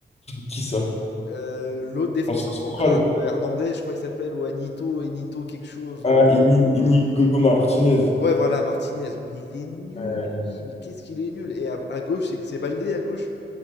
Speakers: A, on the left (about 35°); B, on the left (about 65°).
A: Qui ça?
B: Euh, l'autre défenseur
A: En central.
B: central, euh, Hernandez, je crois qu'il s'appelle, ou Anito, Enito, quelque chose.
A: Ah,
B: euh,
A: Ini- Inigo Martinez.
B: Ouais, voilà, Martinez. Mais il est nul,
A: Euh,
B: lui. Mais qu'est-ce qu'il est nul. Et à, à gauche, c'est c'est Baldé à gauche.